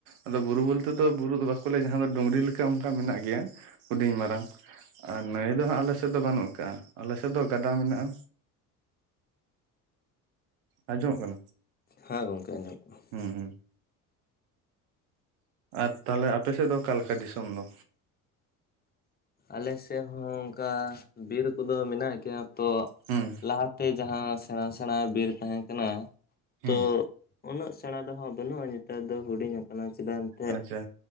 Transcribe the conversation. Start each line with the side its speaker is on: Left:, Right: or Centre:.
Right: ᱟᱫᱚ ᱵᱩᱨᱩ ᱵᱚᱞᱛᱮ ᱫᱚ ᱵᱩᱨᱩ ᱫᱚ ᱵᱟᱠᱚ ᱞᱟᱹᱭᱟ ᱡᱟᱦᱟᱸ ᱫᱚ ᱰᱩᱝᱨᱤ ᱞᱮᱠᱟ ᱚᱱᱠᱟ ᱢᱮᱱᱟᱜ ᱜᱮᱭᱟ ᱦᱩᱰᱤᱧ ᱢᱟᱨᱟᱝ᱾ ᱟᱨ ᱱᱟᱹᱭ ᱫᱚ ᱦᱟᱸᱜ ᱟᱞᱮ ᱥᱮᱫ ᱫᱚ ᱵᱟᱹᱱᱩᱜ ᱟᱠᱟᱟᱜᱼᱟ ᱟᱞᱮ ᱥᱮᱫ ᱫᱚ ᱜᱟᱰᱟ ᱢᱮᱱᱟᱜᱼᱟ᱾ ᱟᱸᱡᱚᱢᱚᱜ ᱠᱟᱱᱟ᱾
Left: ᱦᱮᱸ ᱜᱚᱝᱠᱮ ᱟᱸᱡᱚᱢᱚᱜ ᱠᱟᱱᱟ
Right: ᱦᱩᱸ ᱦᱩᱸ ᱟᱨ ᱛᱟᱦᱚᱞᱮ ᱟᱯᱮ ᱥᱮᱫ ᱫᱚ ᱚᱠᱟᱞᱮᱠᱟ ᱫᱤᱥᱚᱢ ᱫᱚ?
Left: ᱟᱞᱮ ᱥᱮᱫ ᱦᱚᱸ ᱚᱱᱠᱟ ᱵᱤᱨ ᱠᱚᱫᱚ ᱢᱮᱱᱟᱜ ᱜᱮᱭᱟ ᱛᱚ
Right: ᱦᱩᱸ
Left: ᱞᱟᱦᱟᱛᱮ ᱡᱟᱦᱟᱸ ᱥᱮᱬᱟ ᱥᱮᱬᱟ ᱵᱤᱨ ᱛᱟᱦᱮᱸ ᱠᱟᱱᱟ
Right: ᱦᱩᱸ
Left: ᱛᱚ ᱩᱱᱟᱹᱜ ᱥᱮᱬᱟ ᱫᱚ ᱦᱟᱸᱜ ᱵᱟᱹᱱᱩᱜᱼᱟ ᱱᱮᱛᱟᱨ ᱫᱚ ᱦᱩᱰᱤᱧ ᱟᱠᱟᱱᱟ ᱪᱮᱫᱟᱜ ᱮᱱᱛᱮᱫ
Right: ᱟᱪᱪᱷᱟ